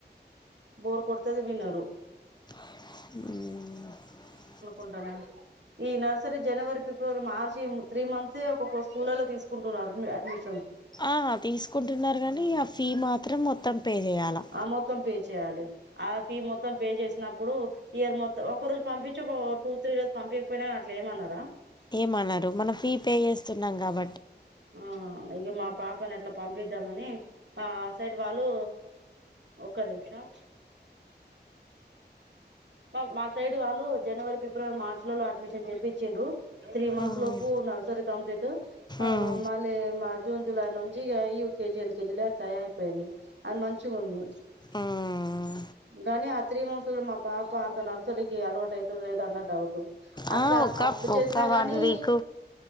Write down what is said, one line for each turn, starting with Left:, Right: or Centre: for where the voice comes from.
Right: బోర్కొడతది వినరు.
Left: మ్
Right: ఉంటనే ఈ నర్సరి జనవరి పి కోరు మార్చి మ్ త్రీ మంత్సే ఒకొక్క స్కూల్లల్లో తీసుకుంటున్నారు అడ్మిషన్
Left: ఆ తీసుకుంటున్నారు గానీ ఆ ఫీ మాత్రం మొత్తం పే చేయాలా
Right: ఆ మొత్తం పే చేయాలి. ఆ ఫీ మొ త్తం పే చేసినప్పుడు ఇయర్మొత్తం ఒక రోజు పంపించి, ఒక టూ త్రీ డోస్ పంపించకపోయినా కానీ అట్లేమన్నారా?
Left: ఏమనరు మనం ఫీ పే చేస్తున్నాం కాబ
Right: ఆ ఇగ మా పాపని అట్లా పంపిద్దామని మా సైడ్ వాళ్ళు ఒక్క నిమ్షమ్ మా మా సైడ్ వాళ్ళు జనవరి, ఫిబ్రవరి, మార్చ్లలో అడ్మిషన్ చేప్పిచ్చిరు త్రీ మంత్స్లోపు
Left: ఉమ్
Right: నర్సరి కంప్లీటూ ఆ
Left: ఉమ్
Right: మళ్ళీ మా జూన్, జులై నుంచి ఇ యుకేజీ, ఎల్కేజీలు అట్లా అయిపోయినాయి. అది మంచిగా ఉంది
Left: ఉమ్.
Right: గానీ ఆ త్రీ మంత్స్లో మా పాప అంత నర్సరీకి అలవాటైతదా లేదన్న డౌట్ అట్లా
Left: ఆ ఒక
Right: అప్పుడు చేసినా
Left: ఒక వన్వీక్
Right: గానీ